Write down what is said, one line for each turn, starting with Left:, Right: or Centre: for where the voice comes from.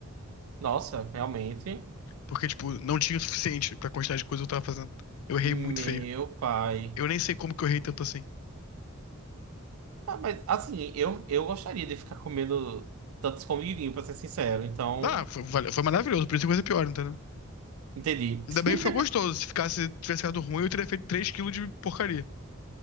Right: Nossa, realmente.
Left: Porque, tipo, não tinha o suficiente pra quantidade de coisa que eu tava fazendo. Eu errei
Right: Meu
Left: muito feio.
Right: pai.
Left: Eu nem sei como que eu errei tanto assim.
Right: Ah, Mas, assim, eu, eu gostaria de ficar comendo tantos escondidinho, pra ser sincero. Então,
Left: Ah, foi, vale- foi maravilhoso, por isso que coisa pior, entendeu?
Right: entendi.
Left: Ainda bem
Right: <laughs>
Left: que foi gostoso. Se ficasse, tivesse ficado ruim, eu teria feito três quilos de porcaria.